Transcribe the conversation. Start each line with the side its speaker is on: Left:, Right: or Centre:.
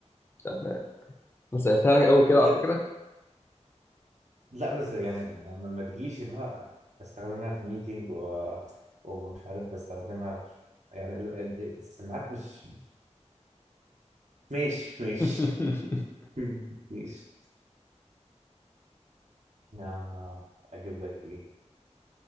Left: طب انا سالتها لك قوي كده
Right: هي-
Left: على فكره
Right: لا بس يعني ما ما تجيش اللي هو بستخدمها في ميتنج و... ومش عارف بستخدمها في يعني ال- ال- السماعات مش ماشي ماشي
Left: <laughs>
Right: <laughs> ماشي آه، اجيب لك ايه